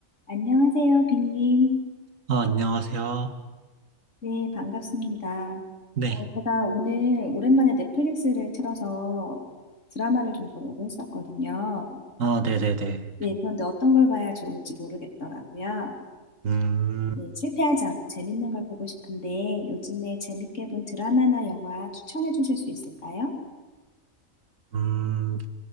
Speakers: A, on the left; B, on the right.
A: 안녕하세요, 빈님.
B: 아, 안녕하세요.
A: 네, 반갑습니다.
B: 네.
A: 어, 제가 오늘 오랜만에 넷플릭스를 틀어서 드라마를 좀 보려고 했었거든요.
B: 아, 네네네.
A: 네, 그런데 어떤 걸 봐야 좋을지 모르겠더라고요.
B: 음,
A: 네, 실패하지 않고 재밌는 걸 보고 싶은데 요즘에 재밌게 본 드라마나 영화 추천해 주실 수 있을까요?
B: 음,